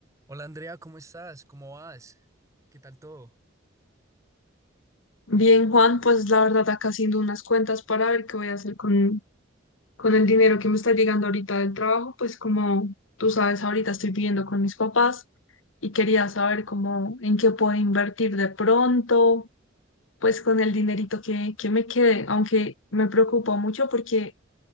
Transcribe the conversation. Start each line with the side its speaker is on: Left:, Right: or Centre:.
Right: Hola Andrea, ¿cómo estás? ¿Cómo vas? ¿Qué tal todo?
Left: Bien, Juan, pues la verdad acá haciendo unas cuentas para ver qué voy a hacer con, con el dinero que me está llegando ahorita del trabajo, pues como tú sabes, ahorita estoy viviendo con mis papás y quería saber cómo, en qué puedo invertir de pronto, pues con el dinerito que, que me quede, aunque me preocupa mucho porque,